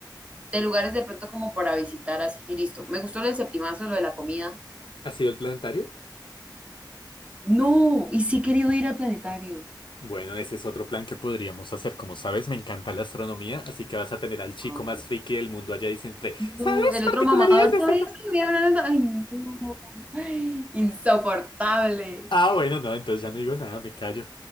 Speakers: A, on the right; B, on the left.
A: de lugares de pronto como para visitar así, listo. Me gustó lo del septimazo, lo de la comida.
B: ¿Ha sido el planetario?
A: No, y sí he querido ir al planetario.
B: Bueno, ese es otro plan que podríamos hacer. Como sabes, me encanta la astronomía, así que vas a tener al chico
A: Ah, ok.
B: más friki del mundo allá diciéndote,
A: No,
B: ¿sabes
A: el otro
B: particularidades
A: mamador,
B: de
A: ¿sabías
B: este plan?
A: que me hablaron? Ay, no. Ay, insoportable.
B: Ah, bueno, no, entonces ya no digo nada, me callo.